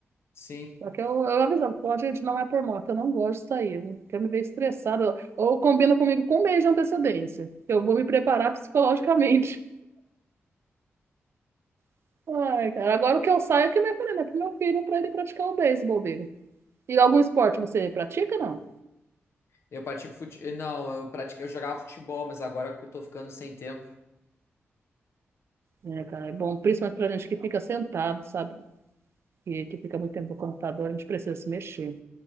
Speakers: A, on the left (about 65°); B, on the right (about 60°).
A: sim.
B: Só que eu, eu avisava, pô, gente, não é por moto, eu não gosto de sair, eu quero me ver estressada. Ou combina comigo com um mês de antecedência, que eu vou me preparar psicologicamente. <laughs> Ai, cara, agora o que eu saio é que nem eu falei, né, pro meu filho, pra ele praticar o beisebol dele. E algum esporte você pratica, não?
A: Eu pratico fute... Não, eu pratico... eu jogava futebol, mas agora que eu tô ficando sem tempo.
B: É, cara, é bom, principalmente pra gente que fica sentado, sabe? Que, que fica muito tempo no computador, a gente precisa se mexer.